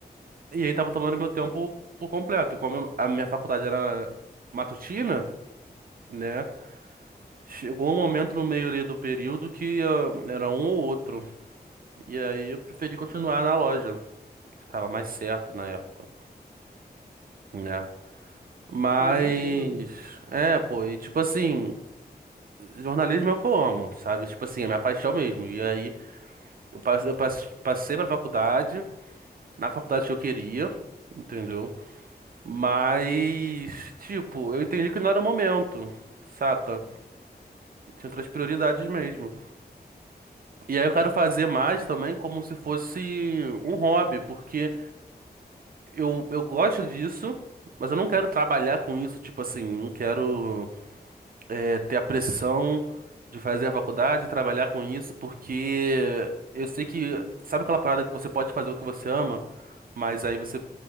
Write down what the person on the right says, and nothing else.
e aí tava tomando meu tempo por completo. E Como eu- a minha faculdade era matutina, né? Chegou um momento no meio ali do período que ah, era um ou outro. E aí eu preferi continuar na loja, que tava mais certo na época né? Mas.
É, pô, e tipo assim, jornalismo é o que eu amo, sabe? Tipo assim, é minha paixão mesmo. E aí, eu passe- eu passe- passei pra faculdade, na faculdade que eu queria, entendeu? Mas, tipo, eu entendi que não era o momento, saca? Tinha outras prioridades
mesmo. E aí eu quero fazer mais também como se fosse um hobby, porque eu, eu gosto disso, mas eu não quero trabalhar com isso, tipo assim, não quero. é, ter a pressão de fazer a faculdade, trabalhar com isso, porque eu sei que, sabe aquela parada que você pode fazer o que você ama, mas aí você